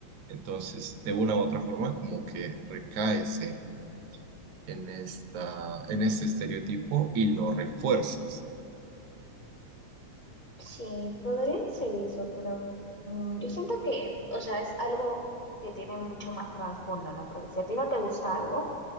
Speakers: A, on the right; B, on the left.
A: Entonces, de una u otra forma, como que recaes en, en esta, en este estereotipo y lo refuerzas.
B: Sí, podrían ser eso, pero mm, yo siento que, o sea, es algo que tiene mucho más trasfondo, ¿no? Porque si a ti no te gusta algo,